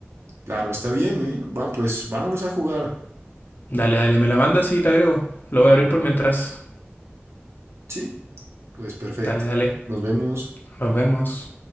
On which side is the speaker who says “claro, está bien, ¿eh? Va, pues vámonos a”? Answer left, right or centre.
Right